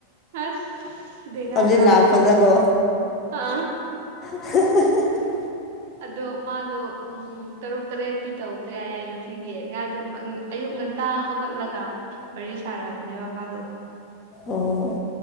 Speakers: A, on the right; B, on the left.
A: ꯑꯁ ꯕꯦꯔꯥꯒꯗ꯭ꯔꯣ
B: ꯍꯧꯖꯤꯛ ꯂꯥꯛꯄꯗꯀꯣ
A: ꯁꯤꯗꯤ ꯑ
B: <unintelligible>
A: ꯑꯗꯣ ꯃꯥꯗꯣ ꯎꯝ ꯇꯔꯨꯛ ꯇꯔꯦꯠꯇꯤ ꯇꯧꯈ꯭ꯔꯦ ꯍꯥꯏꯌꯦꯡꯁꯤ ꯁꯤꯒꯤꯦ ꯉꯥꯗꯨ ꯑꯌꯨꯛ ꯉꯟꯇꯥ ꯍꯧꯒꯠꯂꯒ ꯋꯥꯔꯤ ꯁꯥꯔꯛꯑꯕꯅꯦꯕ ꯃꯥꯗꯣ
B: ꯑꯣ